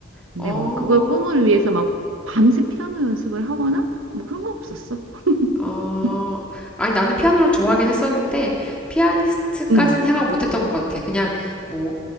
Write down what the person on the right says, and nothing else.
근데
뭐 그걸 꿈을 위해서 막 밤새 피아노 연습을 하거나 뭐 그런 거 없었어.
<laughs>
응.